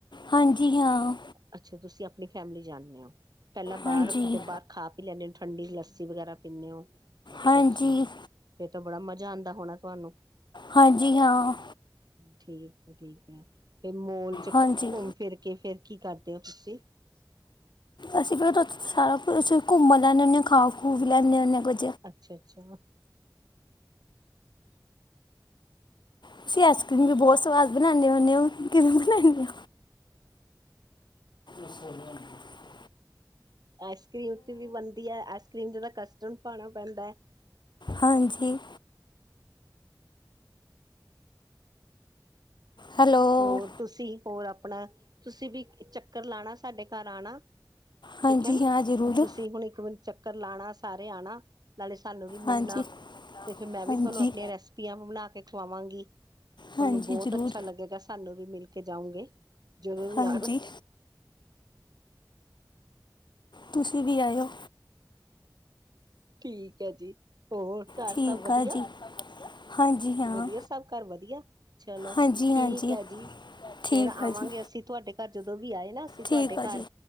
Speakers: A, on the left; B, on the right.
A: ਹਾਂਜੀ ਹਾਂ
B: ਅੱਛਾ ਤੁਸੀਂ ਆਪਣੀ ਫੈਮਿਲੀ ਜਾਣੇ ਹੋ? ਪਹਿਲਾਂ ਬਾਹਰ
A: ਹਾਂਜੀ
B: ਕਿਤੇ ਬਾਹਰ ਖਾ ਪੀ ਲੈਂਦੇ ਹੋ? ਠੰਡੀ ਲੱਸੀ ਵਗੈਰਾ ਪੀਣੇ ਹੋ? ਅੱਛਾ
A: ਹਾਂਜੀ
B: ਅੱਛਾ ਫਿਰ ਤਾਂ ਬੜਾ ਮਜ਼ਾ ਆਉਂਦਾ ਹੋਣਾ ਤੁਹਾਨੂੰ?
A: ਹਾਂਜੀ ਹਾਂ।
B: ਠੀਕ ਹੈ ਠੀਕ ਹੈ, ਫਿਰ ਮੌਲ ਚ
A: ਹਾਂਜੀ
B: ਘੁੰਮ ਫਿਰ ਕੇ, ਫੇਰ ਕੀ ਕਰਦੇ ਹੋ ਤੁਸੀਂ?
A: ਅਸੀਂ ਫ ਸਾਰਾ ਕੁਛ ਘੁੰਮ ਲੈਂਦੇ ਹੁੰਦੇ ਆਂ, ਖਾ ਖੂਹ ਵੀ ਲੈਂਦੇ ਹੁੰ ਹਾਂ। ਕੁਝ
B: ਅੱਛਾ ਅੱਛਾ
A: ਤੁਸੀਂ ਆਈਸ ਕਰ੍ਰੀਮ ਵੀ ਬਹੁਤ ਸਵਾਦ ਬਣਾਦੇ ਹੁੰਦੇ ਹੋ, ਕਿਵੇਂ ਬਣਾਦੇ ਹੋ। ਅ ਸ <unintelligible>
B: ਆਈਸ ਕਰ੍ਰੀਮ ਤੇ ਵੀ ਬਣਦੀ ਹੈ, ਆਈਸ ਕਰ੍ਰੀਮ ਜਿਦੇ ਕਸਟਡ ਪਾਉਣਾ ਪੈਂਦਾ ਹੈ।
A: ਹਾਂਜੀ ਹੈਲੋ
B: ਹੋਰ ਤੁਸੀਂ ਹੋਰ ਆਪਣਾ ਤੁਸੀਂ ਵੀ ਚੱਕਰ ਲਾਣਾ। ਸਾਡੇ ਘਰ ਆਉਣਾ, ਠੀਕ
A: ਹਾਂਜੀ
B: ਹੈ ਨਾ
A: ਹਾਂ ਜ਼ਰੂਰ
B: ਤੁਸੀਂ ਹੁਣ ਇੱਕ ਮਨ ਚੱਕ ਚੱਕਰ ਲਾਉਣਾ, ਸਾਰੇ ਆਉਣਾ। ਨਾਲੇ ਸਾਨੂੰ ਵੀ ਮਿਲਣਾ,
A: ਹਾਂਜੀ
B: ਤੇ ਫਿਰ ਮੈਂ ਵੀ
A: ਹਾਂਜੀ
B: ਤੁਹਾਨੂੰ ਆਪਣੀਆਂ ਰੈਸਪੀਆਂ ਬਣਾ ਕੇ ਖਵਾਵਾਂਗੀ। ਤੁਹਾਨੂੰ
A: ਹਾਂਜੀ
B: ਬਹੁਤ
A: ਜ਼ਰੂਰ
B: ਬਹੁਤ ਅੱਛਾ ਲੱਗੇਗਾ ਸਾਨੂੰ ਵੀ ਮਿਲ ਕੇ ਜਾਊਗੇ ਜਦੋਂ ਵੀ
A: ਹਾਂਜੀ
B: ਆਉਣ
A: ਤੁਸੀਂ ਵੀ ਆਇਓ
B: ਠੀਕ ਹੈ ਜੀ, ਹੋਰ ਘਰ
A: ਠੀਕ
B: ਸਭ ਵਧੀਆ।
A: ਆ ਜੀ ਹਾਂਜੀ ਹਾਂ
B: ਵਧੀਆ ਸਭ ਘਰ ਵਧੀਆ, ਚਲੋ
A: ਹਾਂਜੀ
B: ਠੀਕ
A: ਹਾਂਜੀ
B: ਹੈ ਜੀ। ਫੇਰ
A: ਠੀਕ
B: ਆਵਾਂਗੇ
A: ਆ ਜੀ
B: ਅਸੀਂ ਤੁਹਾਡੇ ਘਰ, ਜਦੋਂ ਵੀ ਆਏ ਨਾ ਅਸੀਂ ਤੁਹਾਡੇ
A: ਠੀਕ ਆ
B: ਘਰ
A: ਜੀ